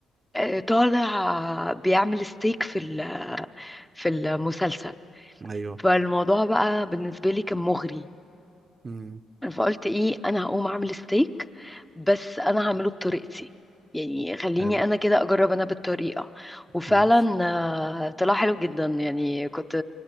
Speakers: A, in the centre; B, on the right.
A: آه، طالع بيعمل ستيك في ال- في المسلسل
B: ايوه
A: فالموضوع بقى بالنسبة لي كان مغري
B: امم
A: فقلت ايه انا هقوم اعمل ستيك بس انا هعمله بطريقتي يعني خليني
B: حلو
A: انا كده اجرب انا بالطريقه وفعلا
B: ماشي
A: آه، طلع حلو جدا يعني كنت